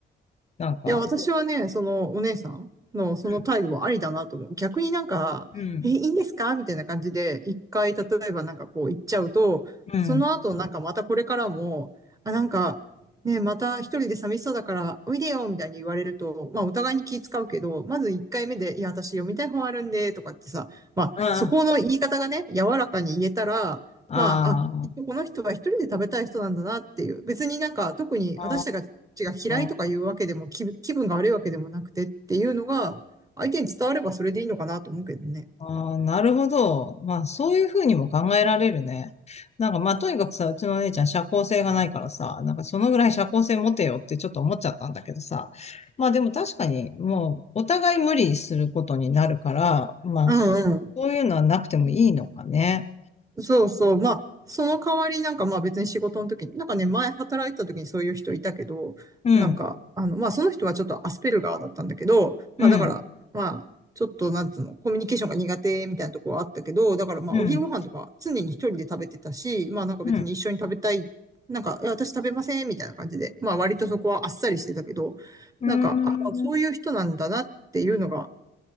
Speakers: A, on the left; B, on the right.
A: なんか、
B: いや、私はね、そのお姉さんのその態度はありだなと思う。
A: うん、
B: 逆になんか、
A: うん、
B: え、いいんですかみたいな感じで、一回、例えばなんかこう言っちゃうと、
A: うん、
B: その後なんかまたこれからも、あ、なんか、ね、また一人で寂しそうだから、おいでよみたいに言われると、まあお互いに気使うけど、まず一回目で、いや、私読みたい本あるんで、とかってさ、まあそこの言い方がね、
A: あ
B: 柔らかに言えたら、
A: あ、
B: まあ、あ、きっとこの人は一人で食べたい人なんだなっていう。別になんか特に私たちがちが嫌いとかいうわけでも、
A: ああ、
B: 気分気分が悪いわけでもなくてっていうのが、相手に伝わればそれでいいのかなと思うけどね。
A: ああ、なるほど。まあ、そういうふうにも考えられるね。なんか、まあ、とにかくさ、うちのお姉ちゃん社交性がないからさ、なんかそのぐらい社交性持てよってちょっと思っちゃったんだけどさ。まあ、でも確かに、もう、お互い無理することになるから、まあ、
B: うんうん。
A: そういうのはなくてもいいのかね。
B: そうそう。まあ、その代わりなんかまあ別に仕事の時に、なんかね、前働いた時にそういう人いたけど、
A: うん、
B: なんか、あの、まあその人はちょっとアスペルガーだったんだけど、まあだから、
A: うん、
B: まあ、ちょっとなんつうの、コミュニケーションが苦手みたいなとこはあったけど、だからまあお昼ご飯とか常に一人で食べてたし、
A: うん、
B: まあなんか別に一緒に食べたい、
A: うん。
B: なんか、いや私食べませんみたいな感じで、まあ割とそこはあっさりしてたけど、
A: うーん、
B: なんか、ああ、そういう人なんだなっていうのが、